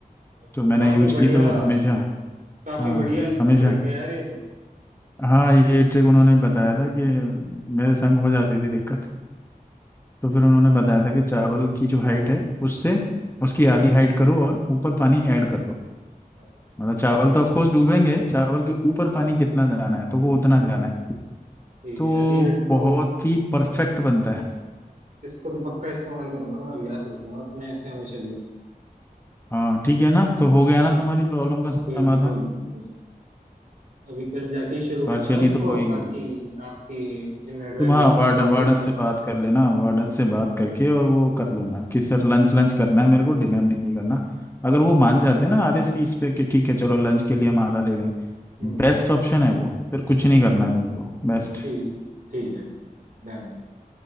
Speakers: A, on the right; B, on the left.
A: ये
B: तो
A: तो
B: मैंने
A: काफी
B: यूज
A: बढ़िया
B: की तो हमेशा
A: काफी
B: हाँ
A: बढ़िया ट्रिक
B: हमेशा
A: है यार ये तो
B: हाँ ये ट्रिक उन्होंने बताया था कि मेरे संग हो जाती थी दिक्कत तो फिर उन्होंने बताया था कि चावल की जो हाइट है उससे
A: हम्म,
B: उसकी आधी हाइट करो और ऊपर पानी ऐड कर दो
A: अरे
B: मतलब चावल तो
A: ठीक
B: ऑफकोर्स डूबेंगे चावल के ऊपर
A: हाँ
B: पानी
A: हाँ
B: कितना जाना है तो वो उतना जाना है
A: ठीक
B: तो
A: है यार ये तो
B: बहुत ही परफेक्ट बनता है
A: इसको तो पक्का इस्तेमाल करूंगा मैं और याद रखूंगा अपने ऐसे हमेशा के लिए
B: हाँ ठीक है ना तो हो गया
A: ठीक
B: ना तुम्हारी प्रॉब्लम का समाधान
A: बिल्कुल बिल्कुल अभी कल जाके ही शुरू करता
B: पार्शियली
A: हूँ इसको
B: तो हो ही
A: बाकी
B: गया
A: आपकी इन एडवाइजेस
B: तुम हाँ
A: के लिए
B: वार्डन
A: बहुत
B: वार्डन
A: ही धन्यवाद
B: से बात कर लेना वार्डन से बात करके और वो कर लेना कि सर लंच लंच करना है मेरे को डिनर नहीं करना अगर वो मान जाते हैं ना आधे फीस पे कि ठीक है चलो लंच के लिए हम आधा ले लेंगे
A: हम्म
B: बेस्ट ऑप्शन है वो फिर कुछ नहीं करना है तुमको बेस्ट
A: ठीक ठीक है ठीक है ठीक है डन